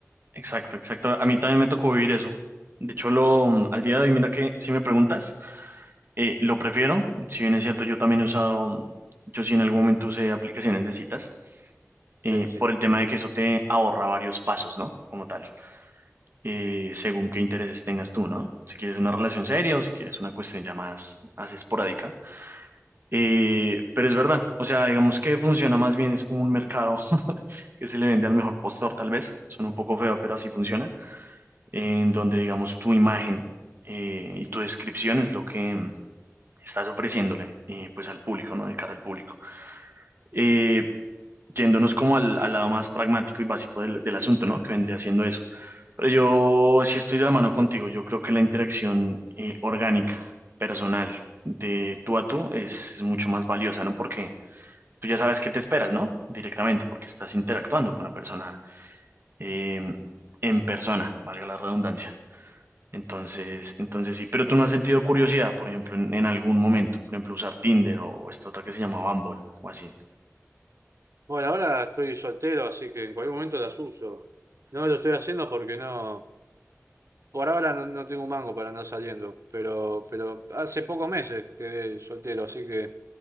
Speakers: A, on the right; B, on the right.
A: exacto, exacto. A mí también me tocó vivir eso. De hecho, lo, mm, al día de hoy, mira que si me preguntas, eh, lo prefiero. Si bien es cierto, yo también he usado, mm, yo sí en algún momento usé aplicaciones de citas. eh,
B: Sí, sí.
A: por el tema de que eso te ahorra varios pasos, ¿no? Como tal, eh, según qué intereses tengas tú, ¿no? Si quieres una relación seria o si quieres una cuestión ya más, más esporádica. Eh, pero es verdad, o sea, digamos que funciona más bien, es como un mercado <laughs> que se le vende al mejor postor, tal vez, suena un poco feo, pero así funciona, en donde, digamos, tu imagen eh, y tu descripción es lo que mm, estás ofreciéndole, eh, pues al público, ¿no? De cara al público. Eh, yéndonos como al, al lado más pragmático y básico del, del asunto, ¿no? Que vendría siendo eso. Pero yo sí estoy de la mano contigo. Yo creo que la interacción eh, orgánica, personal, de tú a tú es, es mucho más valiosa, ¿no? Porque tú ya sabes qué te esperas, ¿no? Directamente, porque estás interactuando con la persona eh, en persona, valga la redundancia. Entonces, entonces sí. Pero tú no has sentido curiosidad, por ejemplo, en, en algún momento. Por ejemplo, usar Tinder o esta otra que se llama Bumble o así.
B: Bueno, ahora estoy soltero, así que en cualquier momento las uso. No lo estoy haciendo porque no. Por ahora no, no tengo un mango para andar saliendo, pero, pero hace pocos meses quedé soltero, así que.